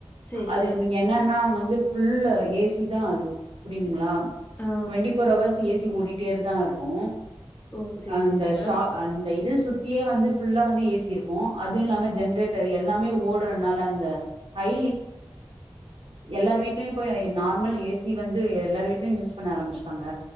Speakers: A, on the left; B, on the right.
A: சரி,
B: அது
A: சரி.
B: என்னன்னா வந்து ஃபுல்லு ஏசி தா அது புரியுதுங்களா
A: ஆ.
B: ட்வெண்ட்டி ஃபோர் ஹவர்ஸ் ஏசி ஓடிட்டேருதா இருக்கு
A: ஓ! சரி,
B: அந்த
A: சரி. அதான்
B: ஷா
A: ஸ்ப
B: அந்த இது சு தியே வந்து ஃபுல்லா வந்து ஏசி இருக்கு அதுவு இல்லாம ஜென்ரேட்டர் எல்லாமே ஓடுறதுனால அந்த ஹை எல்லார் வீட்லயு போய் நார்மல் ஏசி வந்து எல்லார் வீட்லயு யூஸ் பண்ண ஆரம்பிச்ட்டாங்க